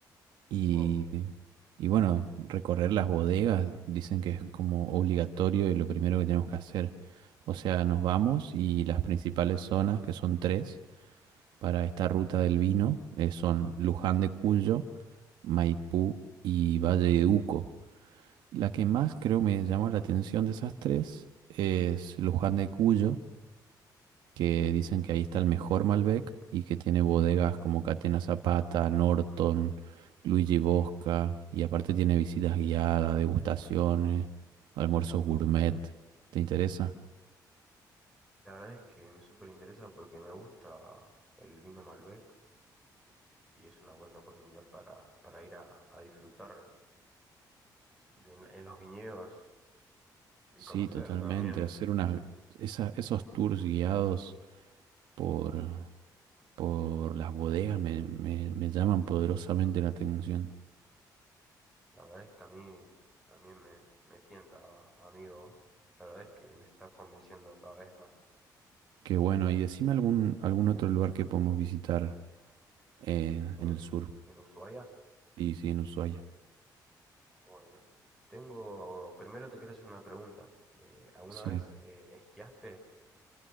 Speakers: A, on the right; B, in the centre.
A: Y,
B: Wow.
A: y bueno, recorrer las bodegas, dicen que es como obligatorio y lo primero que tenemos que hacer. O sea, nos vamos y las principales zonas, que son tres, para esta ruta del vino, eh, son Luján de Cuyo, Maipú y Valle de Uco. La que más creo me llamó la atención de esas tres es Luján de Cuyo que dicen
B: ¿Mm?
A: que ahí está el mejor Malbec y que tiene bodegas como Catena Zapata, Norton, Luigi Bosca,
B: Uh,
A: y aparte tiene visitas guiadas, degustaciones, almuerzos gourmet. ¿Te interesa?
B: La verdad es que me súper interesa porque me gusta el vino Malbec y, y es una buena oportunidad para, para ir a, a disfrutar de- en los viñedos y
A: Sí,
B: conocer
A: totalmente.
B: también.
A: Hacer unas, esa- esos tours guiados por, por las bodegas me, me- me llaman poderosamente la atención.
B: La verdad es que a mí también me, me tienta, amigo. La verdad es que me está convenciendo cada vez más.
A: Qué bueno. Y decime algún, algún otro lugar que podemos visitar eh,
B: En,
A: en el sur,
B: en Ushuaia,
A: y sí, en Ushuaia.
B: bueno, tengo, primero te quiero hacer una pregunta. Eh, ¿alguna
A: Sí.
B: vez eh, esquiaste?